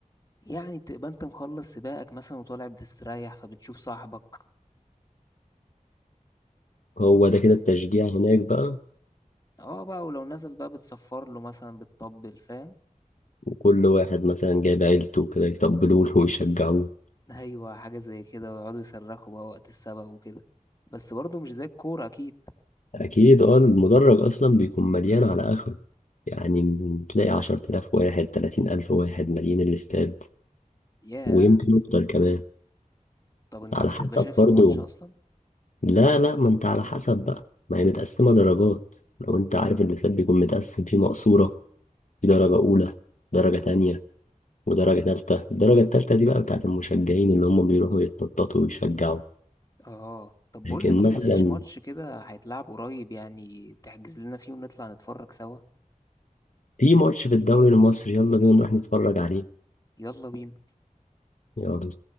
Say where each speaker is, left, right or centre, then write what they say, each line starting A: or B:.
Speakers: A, on the left; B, on the left.
A: يعني بتبقى انت مخلص سباقك مثلا وطالع بتستريح فبتشوف صاحبك
B: هو ده كده التشجيع هناك بقى
A: اه بقى ولو نزل بقى بتصفر له مثلا بتطبل فاهم
B: وكل واحد مثلا جايب عيلته كده يتقبلوا له <laughs> ويشجعوه
A: <laughs> ايوه حاجة زي كده ويقعدوا يصرخوا بقى وقت السبق وكده بس برضه مش زي الكورة اكيد
B: أكيد أه المدرج أصلا بيكون مليان على آخره يعني تلاقي عشرة آلاف واحد تلاتين ألف واحد مليان الاستاد
A: ياه
B: ويمكن أكتر كمان
A: طب انت
B: على
A: بتبقى
B: حسب
A: شايف
B: برضو
A: الماتش اصلا
B: لا لا ما انت على حسب بقى ما هي متقسمة درجات لو انت عارف اللسات بيكون متقسم فيه مقصورة في درجة أولى درجة تانية ودرجة تالتة الدرجة التالتة دي بقى بتاعت المشجعين اللي هم بيروحوا يتنططوا ويشجعوا
A: اه طب
B: لكن
A: بقول لك
B: مثلا
A: ايه مفيش ماتش كده هيتلعب قريب يعني تحجز لنا فيه ونطلع نتفرج سوا
B: في ماتش في الدوري المصري يلا بينا نروح نتفرج عليه
A: يلا بينا
B: يلا